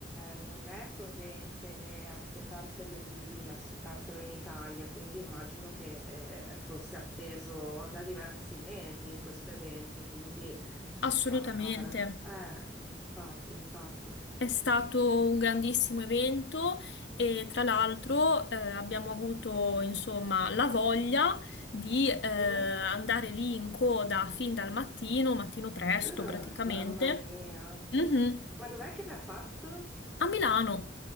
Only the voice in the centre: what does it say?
non è sovente aspettarseli- aspettarselo in Italia, quindi immagino che eh, fosse atteso da diversi mesi questo evento, quindi
ah, avrà... Eh, infatti, infatti.
Mhm.
Ah,
Mamma mia.
Ma dov'è che l'ha fatto?